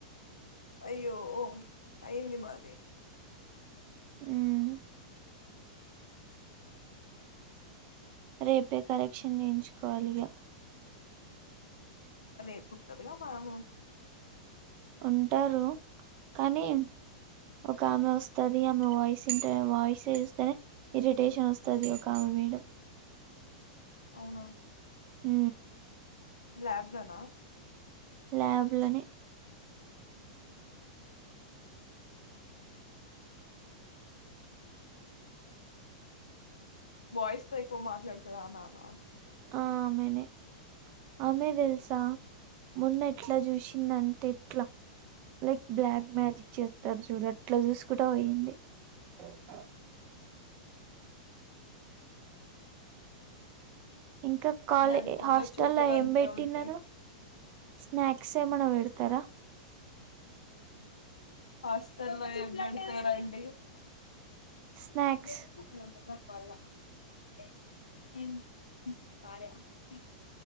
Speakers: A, on the left; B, on the right.
A: అయ్యో ఓ అయింది మాది
B: మ్, రేపే కరెక్షన్ వేయించుకోవాలి ఇగా
A: రేపు ఉంటదిగా మ్యాము
B: ఉంటారు కానీ ఒక ఆమె వస్తుది ఆమె వాయిస్ ఇంట వాయిస్ చూస్తేనే ఇరిటేషన్ వస్తుది ఒక ఆమె మీడం
A: అవునా
B: అ
A: ల్యాబ్ లోనా
B: ల్యాబ్ లోని
A: బాయ్స్ తో ఎక్కువ మాట్లాడుతారామామా
B: ఆమెనే ఆమె తెల్సా మొన్న ఎట్లా చూసింద అంటే ఎట్లా లైక్ బ్లాక్ మ్యాజిక్ చేస్తారు చూడు అట్లా చూసుకు పోయింది ఓహ ఇంకా కాలే
A: అంతే అండి కొందరు
B: హాస్టల్
A: చూపులు
B: లో ఏం
A: అంతే
B: పెట్టినారా
A: ఉంటాయి
B: స్నాక్స్ ఏమైనా పెడతారా
A: హాస్టల్ లో ఎమ్ పెడతారండి
B: స్నాక్స్
A: <unintelligible>